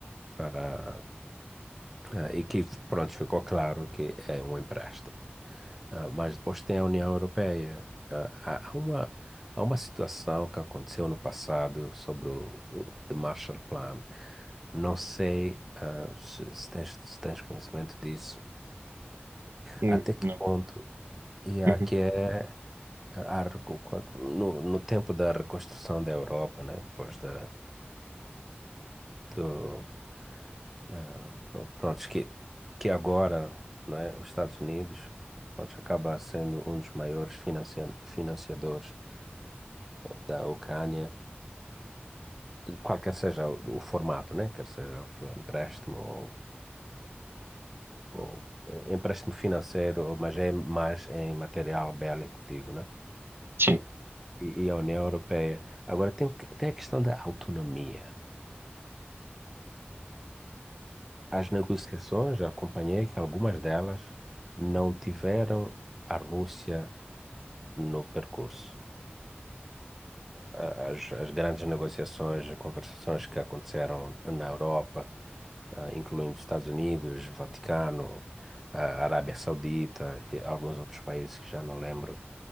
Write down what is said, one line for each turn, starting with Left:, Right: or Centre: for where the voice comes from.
Centre: para a equipe. Pronto, ficou claro que é um empréstimo. Ah, mas depois tem a União Europeia. Ah, há há uma, há uma situação que aconteceu no passado sobre o, o The Marshall Plan. Não sei, ah, se, se tens, se tens conhecimento disso,
Right: Hum,
Centre: até que
Right: Não.
Centre: ponto, e aqui
Right: Uhum.
Centre: é A recu- quando- no, no tempo da reconstrução da Europa, né? Depois da, do, ah, pr- prontos, que, que agora, né? Os Estados Unidos, prontos, acaba sendo um dos maiores financia- financiadores da, da Ucrânia, qualquer seja o, o formato, né? Quer seja for empréstimo ou, ou eh, empréstimo financeiro, mas é mais em material bélico, digo, né?
Right: Sim.
Centre: E, e a União Europeia. Agora, tem, o que- tem a questão da autonomia. As negociações, acompanhei que algumas delas não tiveram a Rússia no percurso. A- As, as grandes negociações, conversações que aconteceram na Europa, ah, incluindo Estados Unidos, Vaticano, a Arábia Saudita e alguns outros países que já não lembro,